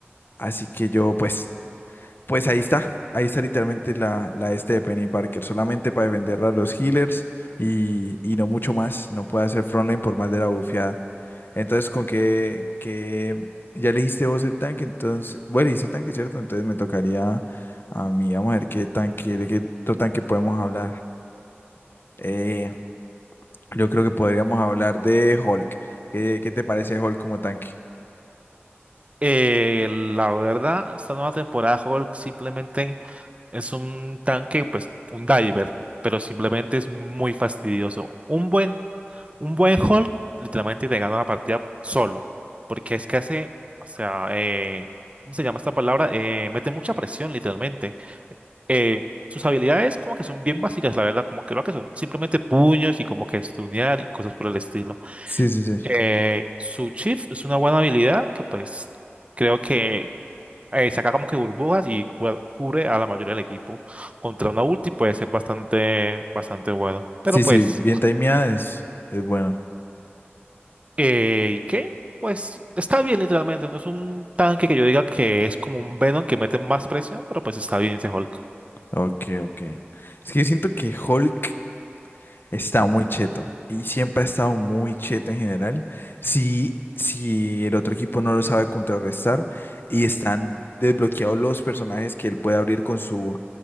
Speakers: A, on the left; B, on the right.
A: Así que yo, pues, pues ahí está. Ahí está literalmente la, la este de Penny Parker. Solamente para defenderla a los healers y, y no mucho más. No puede hacer frontline por más de la bufiada. Entonces, con que, que ya elegiste vos el tanque, entonces, bueno, elegiste el tanque, ¿cierto? Entonces me tocaría a mí, vamos a ver qué tanque, de qué otro tanque podemos hablar. Eh, yo creo que podríamos hablar de Hulk. ¿Qué, qué te parece Hulk como tanque?
B: Eh, la verdad, esta nueva temporada de Hulk simplemente Es un tanque, pues un diver, pero simplemente es muy fastidioso. Un buen, un buen hold literalmente te gana la partida solo, porque es que hace, o sea, eh, ¿cómo se llama esta palabra? Eh, mete mucha presión literalmente. Eh, sus habilidades como que son bien básicas, la verdad, como que lo que son simplemente puños y como que stunear y cosas por el estilo.
A: Sí, sí, sí.
B: Eh, su chief es una buena habilidad que pues creo que eh, saca como que burbujas y cu- cubre a la mayoría del equipo. Contra una ulti puede ser bastante, bastante bueno. Pero
A: Sí,
B: pues,
A: sí, bien timeada es, es buena.
B: eh, ¿y qué? Pues está bien literalmente, no es un tanque que yo diga que es como un Venom que mete más presión, pero pues está bien ese Hulk.
A: Ok, ok. Es que yo siento que Hulk está muy cheto y siempre ha estado muy cheto en general. Si, si el otro equipo no lo sabe contrarrestar y están desbloqueados los personajes que él puede abrir con su,